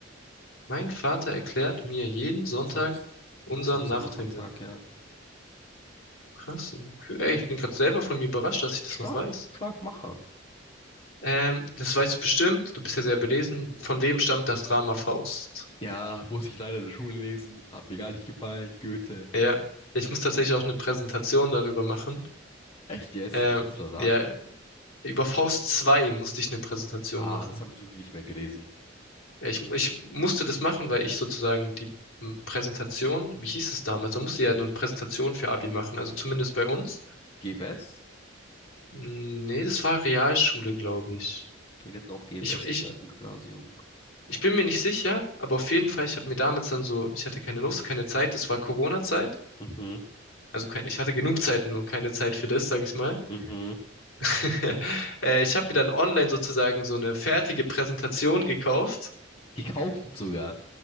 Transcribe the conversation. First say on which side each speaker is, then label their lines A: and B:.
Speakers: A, on the left (about 75°); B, on the left (about 25°).
A: Mein Vater erklärt mir jeden Sonntag
B: Samst,
A: unseren
B: Samstag
A: Nachthimmel.
B: oder Sonntag, ja.
A: Krass. Okay. Ey, ich bin gerade selber von mir überrascht, dass ich das
B: Stark,
A: noch weiß.
B: stark Macher.
A: Ähm, das weißt du bestimmt. Du bist ja sehr belesen. Von wem stammt das Drama Faust?
B: Ja, muss ich leider in der Schule lesen. Hat mir gar nicht gefallen. Goethe.
A: Ja. Ich muss tatsächlich auch eine Präsentation darüber machen.
B: Echt jetzt?
A: Ähm,
B: Was musst du da sagen?
A: ja, über Faust 2 musste ich eine Präsentation
B: Ah,
A: machen.
B: das habe ich so nicht mehr gelesen.
A: Ja, ich, ich musste das machen, weil ich sozusagen die m, Präsentation, wie hieß es damals? Man musste ja eine Präsentation für Abi machen, also zumindest bei uns.
B: GFS?
A: M, Nee, das war Realschule, glaube ich.
B: Nee, Wir hatten auch GFS
A: Ich, ich,
B: in der, im Gymnasium.
A: ich bin mir nicht sicher, aber auf jeden Fall, ich habe mir damals dann so, ich hatte keine Lust, keine Zeit, das war Corona-Zeit.
B: Mhm,
A: Also kein, ich hatte genug Zeit, nur keine Zeit für das, sage ich mal.
B: mhm.
A: <laughs> Äh, ich habe mir dann online sozusagen so eine fertige Präsentation gekauft,
B: Gekauft sogar.